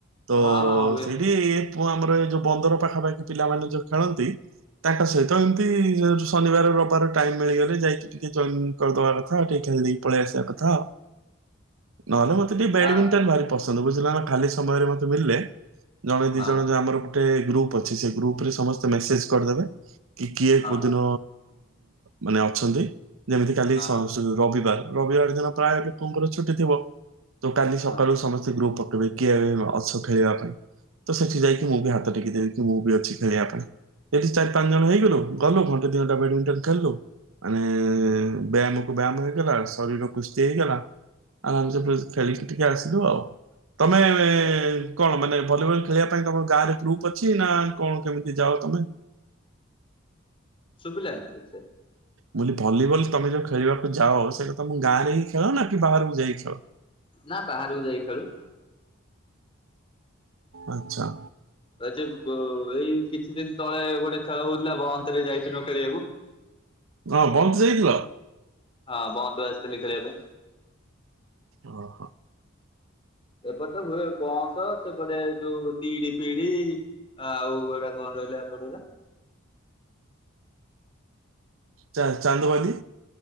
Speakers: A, on the right; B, on the left.
A: ତ
B: ହଁ ହଁ ହୁଏ
A: ସେଇଠି ଆମର ଯୋଉ ବନ୍ଦର ପାଖାପାଖି ପିଲାମାନେ ଯୋଉ ଖେଳନ୍ତି ତାଙ୍କ ସହିତ ଏମିତି ଶନିବାର ରବିବାର ଟାଇମ ମିଳିଗଲେ ଯାଇକି ଟିକେ ଜଏନ କରିଦବା କଥାଉ ଟିକେ ଖେିକି ପଳେଇ ଆସିବା କଥା।
B: <inaudible>
A: ନହେଲେ ମତେ ଟିକେ ବ୍ୟାଡମିଣ୍ଟନ
B: ହଁ
A: ଭାରି ପସନ୍ଦ ବୁଝିଲା ନା ଖାଲି ସମୟରେ ମତେ ଭିଡିଲେ
B: ହଁ
A: ଜଣେ ଆମର ଗୋଟେ ଗ୍ରୁପ ଅଛି ସେ ଗ୍ରୁପ ରେ ସମସ୍ତେ ମେସେଜ କରିଦେବେ। କି କିଏ
B: ହଁ
A: କୋଉଦିନ ମାନେ ଅଛନ୍ତି ଯେମିତି
B: ହଁ
A: କାଲି ରବିବାର। ରବିବାର ଦିନ ପ୍ରାୟ ଲୋକଙ୍କର ଛୁଟି ଥିବ ତ କାଲି
B: ହଁ
A: ସକାଳୁ ସମସ୍ତେ ଗ୍ରୁପ କିଏ ଅଛ ଖେଳିବା ପାଇଁ? ତ ସେଠି ଯାଇକି ମୁଁ ବି ହାତ ଟେକି ଦେବି ମୁଁ ବି ଅଛି ଖେଳିବା ପାଇଁ। ଏଇଠି ଚାରି ପାଞ୍ଚ ଜଣ ହେଇଗଲୁ ଗଲୁ ଘଣ୍ଟେ ଦୁଇ ଘଣ୍ଟା ବ୍ୟାଡମିଣ୍ଟନ ଖେଳିଲୁ ମାନେ
B: ହୁଁ
A: ବେୟାମ ବ୍ୟାୟାମ ହେଇଗଲା ଶରୀର କୁଷ୍ ହେଇଗଲା ଆମେ ଆମେ ସେ ଖେଳିକି ଟିକେ ଆସିଲୁ ଆଉ। ତମେ
B: ଆଚ୍ଛା ଆଚ୍ଛା
A: କଣ ମାନେ ଭଲିବଲ ଖେଳିବା ପାଇଁ ତମର ଗା ଗ୍ରୁପ ଅଛି ନା କଣ କେମିତି ଯାଅ ତମେ?
B: ଶୁଵିଲାନି <unintelligible>
A: ମୁଁ ଲିଭଲିବଲ୍ ତମେ ଯଉ ଖେଳିବାକୁ ଯାଅ ସେଇଟା ତମ ଗାଁ ରେ ହିଁ ଖେଳ ନା କି ବାହାରକୁ ଯାଇ ଖେଳ?
B: ନା ବାହାରକୁ ଯାଇ ଖାଳୁ।
A: ଆଚ୍ଛା।
B: ଏଛି ଵ ଏଇ କିଛି ଦିନ ତଳେ ଗୋଟେ ଖେଳ ହଉଚି ଲା ବଅନ୍ତରେ ଯାଇଥିଲୁ ଖେଳିବାକୁ।
A: ହଁ ବନ୍ଦ ଯାଇଥିଲ?
B: ହଁ ବହୁତ ବସ୍ତ ଲିଖରେବେ
A: ଓ ହୋ।
B: ଏପଟେ ତ ହୁଏ ବ ତ ସେପଟେ ଯୋଉ ଟିଡି ଫିଡି ଆଉ କୋଉଟା କଣ ରହିଲା ଏଇପଟଟା
A: ଚା ଚାନ୍ଦବାଲି।